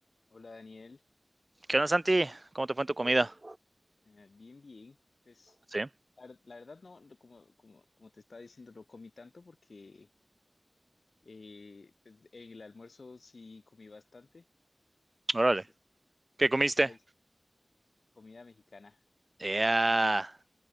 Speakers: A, on the left; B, on the right.
A: Hola Daniel,
B: ¿Qué onda, Santi? ¿Cómo te fue en tu comida?
A: Eh, bien, bien. Pues
B: Sí,
A: la, ver- la verdad no, no, como, como, como te estaba diciendo, no comí tanto porque eh, pues, en el almuerzo sí comí bastante
B: órale.
A: y pues, es-
B: ¿Qué
A: pues
B: comiste?
A: esta vez comida mexicana.
B: Ya.